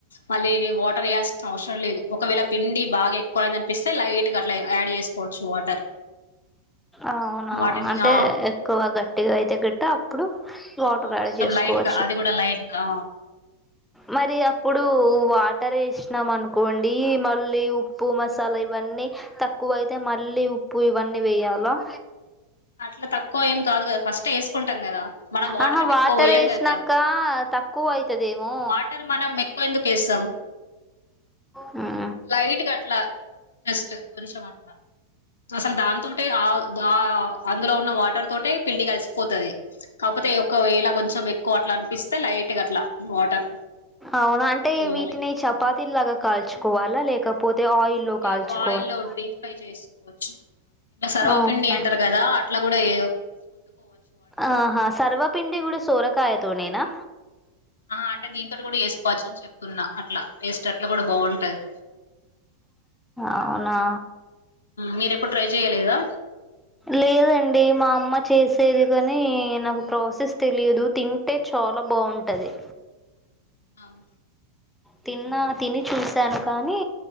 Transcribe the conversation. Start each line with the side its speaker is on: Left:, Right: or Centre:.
Left: మళ్ళీ వాటర్ వే్యాల్సిన అవసరం లేదు ఒకవేళ పిండి బాగా ఎక్కువ అయింది అనిపిస్తే లైట్ అట్లా యాడ్ చేసుకోవచ్చు వాటర్
Centre: అవునా
Left: వాటిని
Centre: అంటే
Left: ఆ
Centre: ఎక్కువ గట్టిగా అయితే గట్టటి అప్పుడు వాటర్
Left: ఆ
Centre: యాడ్
Left: కొంచెం
Centre: చేసుకోవాలి
Left: లైట్ అది కూడా ైట్గా
Centre: మరి అప్పుడు వాటర్ ఇచ్చినాం అనుకోండి మళ్ళీ ఉప్పు మసాలా ఇవన్నీ తక్కువ అయితే మళ్ళీ ఉప్పు ఇవన్నీ వేయాల
Left: అట్లా తక్కువ ఏం కాదు కదా ఫస్ట్ వేసుకుంట ం కదా మనం వాటర్ం
Centre: ఆహా వాటర్
Left: ఎక్కువ పోయాం
Centre: వేసినాక
Left: కదా
Centre: తక్కువ అయితదేమో
Left: వాటర్ మనం ఎక్కువ ఎందుకు వేస్తాం
Centre: అ
Left: లైట్గా అట్లా జస్ట్ కొంచెం అట్లా అసలు దాంతో ఉంటే ఆ అందులో ఉన్న వాటర్ తోటే పెిళ్లి కలిసిపోతుది కాకపోతే ఒకవేళ కొంచెం ఎక్కువ అట్లా అనిపిస్తే లైట్ గా అట్లా వాటర్
Centre: అవునా అంటే
Left: వేయాలి
Centre: వీటిని చపాతీలాగా కాల్చుకోవాలా లేకపోతే ఆయిల్లో
Left: లేదు
Centre: కాల్చుకోవాలా
Left: ఆయిల్లో డీప్ ఫ్రై చేసుకోవచ్చు ఇట్లా సర్వపిండి
Centre: అవునా
Left: అంటారు కదా అట్లా కూడా ఏ
Centre: ఆహా సర్వపిిండి కూడా సోరకాయతోనేేనా
Left: ఆ అంటే దీంతో కూడా వేసుకోవచ్చ అని చెప్తున్నా అట్లా టేస్ట్ అట్లా కూడా బాగుంటది
Centre: అవునా
Left: మీరు ఎప్పుడు ట్రై చేయలేదా
Centre: లేదండి మా అమ్మ చేసేది కాని నాకు ప్రాసెస్ తెలియదు తింటే చాలా చ బాగుంటది
Left: అవును
Centre: తిన్నా తిని చూసాను కానీ